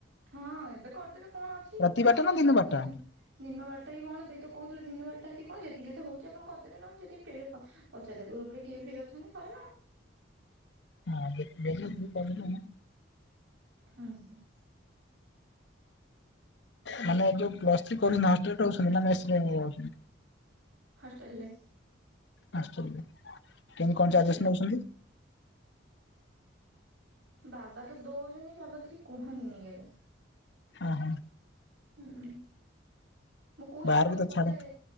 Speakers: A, on the right (about 85°); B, on the left (about 65°).
A: ହଁ ଏବେ କରିଦେବେ କଣ ଅଛି
B: ରାତି
A: ତ ସେ
B: ବାରଟା
A: ସମସ୍ତେ
B: ନା ଦିନ
A: ତ ଲେଖୁଚନ୍ତି।
B: ବାରଟା?
A: ଦିନ ବାରଟା କି କଣ ଦେଇ ତ କୋହୁଥିଲା ଦିନ ବାରଟା କି କଣ ଯେତିକି ହେତ ହୋଉଚି ଆପଣ କରିଦେବେ ନହେଲେ ଯେଦି ଫ୍ରିରେ ପ ପଚାରିଦେବେ ଗ୍ରୁପରେ କିଏ ଫ୍ରି ଅଛନ୍ତି ସଇଲା।
B: ହଁ ବେ <unintelligible> କଲେ କଣ
A: ହଁ।
B: ମାନେ ଯୋଉ ପ୍ଲସ୍ ଥ୍ରି କରିନାହାନ୍ତି ଟାକୁ ସେମିନା ମେସରେ ରହୁ
A: ହଷ୍ଟେଲରେ।
B: ହଷ୍ଟେଲରେ କେମତି କଣ
A: ହଷ୍ଟେଲ
B: ଚାର୍ଜେସ୍ ନୋଉଛନ୍ତି?
A: ବାବା ତ ଦୋଉଚନ୍ତି ବାବା କିଛି କୁହନ୍ତିନି କେବେ।
B: ଅହ।
A: ହୁଁ। ମୁଁ କୁହେ
B: ବାହାରକୁ
A: ବାବାଙ୍କୁ
B: ତ
A: ପଚାରେ
B: ଛାଡ